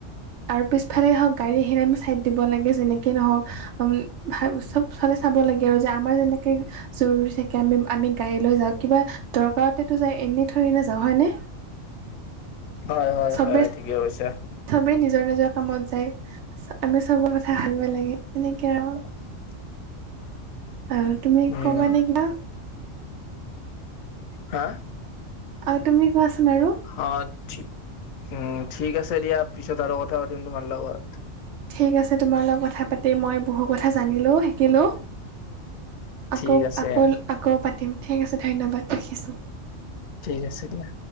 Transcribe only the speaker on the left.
হয়ঁ হয়ঁ
হয়ঁ হয়ঁ ঠিকে কৈছা।
<inaudible>
উমঁ
হা-
অঁ ঠিক ওম ঠিক আছে দিয়া পিছত আৰু কথা পাতিম তোমাৰ লগত।
ঠিক
আছে
ঠিক আছে দিয়া।